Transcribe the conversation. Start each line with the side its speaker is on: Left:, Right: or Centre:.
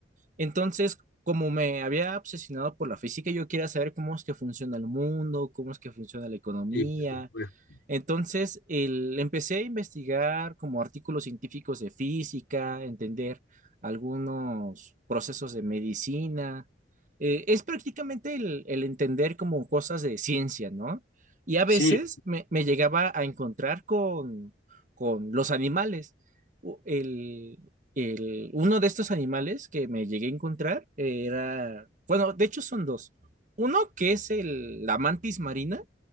Right: Entonces, como me había obsesionado por la física, yo quería saber cómo es que funciona el mundo, cómo es que funciona la economía,
Left: sí, por supuesto.
Right: entonces, el, empecé a investigar como artículos científicos de física, entender algunos procesos de medicina. Eh, es prácticamente el, el entender como cosas de ciencia, ¿no? Y a veces
Left: Sí.
Right: me, me llegaba a encontrar con, con los animales. U- El, el- uno de estos animales que me llegué a encontrar era, bueno, de hecho son dos. Uno que es el, la mantis marina